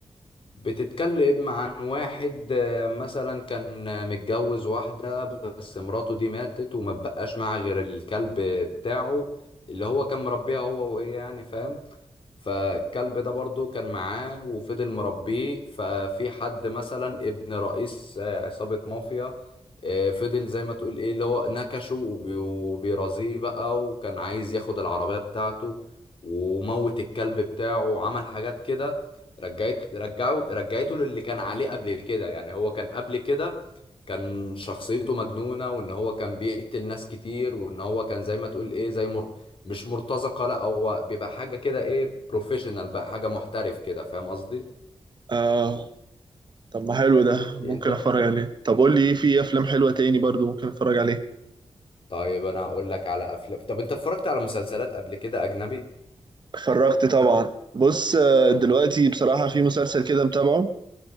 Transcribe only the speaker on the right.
آه طب ما حلو ده ممكن
اتفرج عليه طب قول لي ايه في افلام حلوه تاني برضو ممكن اتفرج عليه
اتفرجت طبعا بص آه، دلوقتي بصراحه في مسلسل كده متابعه